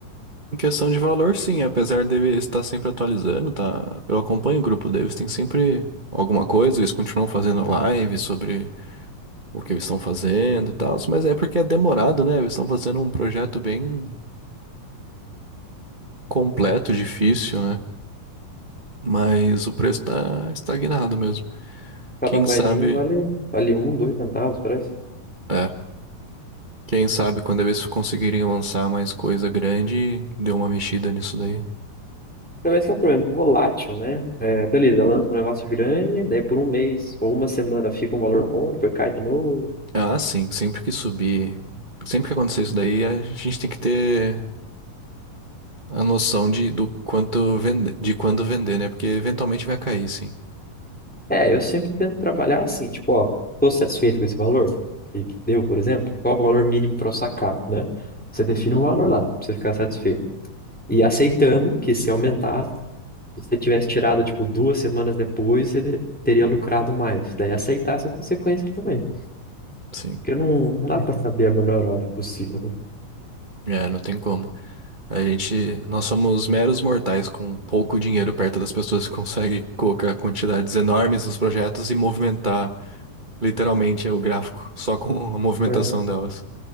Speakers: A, on the right; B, in the centre.
A: Em questão de valor, sim, apesar dele estar sempre atualizando, tá? Eu acompanho o grupo deles, tem sempre alguma coisa, eles continuam fazendo live sobre o que eles estão fazendo e tal, mas é porque é demorado, né? Eles estão fazendo um projeto bem completo, difícil, né? Mas o preço tá estagnado mesmo.
B: Cada
A: Quem
B: moedinha
A: sabe,
B: vale, vale um, dois centavos, parece.
A: é, quem sabe quando eles conseguirem lançar mais coisa grande, deu uma mexida nisso daí.
B: Então esse é o problema, volátil, né? É, beleza, lança um negócio grande, daí por um mês ou uma semana fica um valor bom, depois cai de novo.
A: Ah, sim, sempre que subir, sempre que acontecer isso daí, a gente tem que ter a noção de, do quanto vende, de quando vender, né? Porque eventualmente vai cair, sim.
B: É, eu sempre tento trabalhar assim, tipo, ó, tô satisfeito com esse valor que, que deu, por exemplo, qual que é o valor mínimo para eu sacar, né? Você define um valor lá, pra você ficar satisfeito. E aceitando que se aumentar, se você tivesse tirado, tipo, duas semanas depois, ele teria lucrado mais. Daí aceitar essa consequência também.
A: Sim.
B: Porque não, não dá pra saber a melhor hora possível.
A: É, não tem como. A gente, nós somos meros mortais com pouco dinheiro perto das pessoas que conseguem colocar quantidades enormes nos projetos e movimentar literalmente o gráfico só com a movimentação
B: né? É,
A: delas.